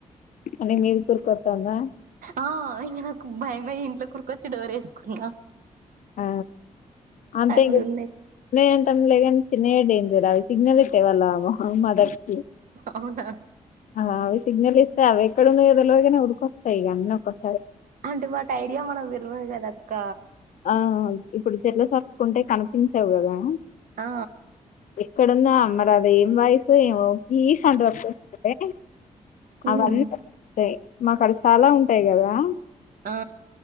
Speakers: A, on the left; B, on the right.
A: నీ మీదికి ఉరికొత్తాందా
B: ఆ ఇంగ నాకు భయమయ్యి ఇంట్లోకి ఉరికొచ్చి డోర్ ఏసుకున్నా
A: ఆ అంతే
B: అట్లున్నాయి
A: ఇంగ లే అంతం లేగానీ చిన్నయే డేంజర్ అది సిగ్నల్ ఇత్తాయి వాళ్ళ మదర్ కి
B: అవునా
A: అలా అవి సిగ్నల్ ఇస్తాయి అవి ఎక్కడ ఉన్నాయో తెల్వదు గానీ ఉరికొస్తాయి ఇగ అన్నీ ఒక్కసారే
B: అంటే వాటి ఐడియా మనకు తెల్వదు కదా అక్క
A: ఆ అవి ఇప్పుడు చెట్లకు అతుక్కుంటే కనిపించవు కదా
B: ఆ
A: ఎక్కడున్నా అమ్మలో అదేం వాయిసో ఏమో కీస్ అంటూ <inaudible>
B: ఉమ్
A: అవన్నీ <inaudible> తాయి మాకు ఆడ స్తాలా ఉంటాయి కదా
B: ఆ